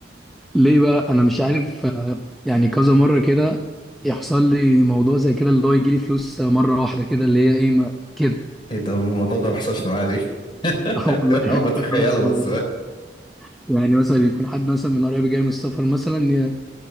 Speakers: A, in the centre; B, on the left (about 25°).
A: ليه بقى انا مش
B: مم.
A: عارف آه، يعني كذا مره كده يحصل لي موضوع زي كده اللي هو يجي لي فلوس آه، مره واحده كده اللي هي ايه ما كده
B: ايه ده الموضوع ده ما حصلش معايا ليه؟
A: <laughs> اه
B: <laughs>
A: والله
B: انا
A: يعني
B: بتخيله
A: كذا مره
B: بس
A: والله. يعني مثلا يكون حد مثلا من قرايبي جاي من السفر مثلا ي-